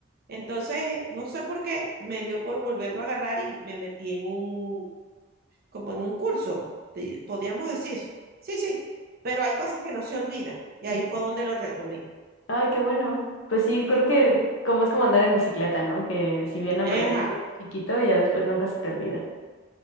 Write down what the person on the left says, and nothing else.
Ujú.
Ay, qué bueno. Pues sí,
creo que como es como andar en bicicleta, ¿no? Que si bien
aprendiste
chiquito, ya después nunca se te olvida.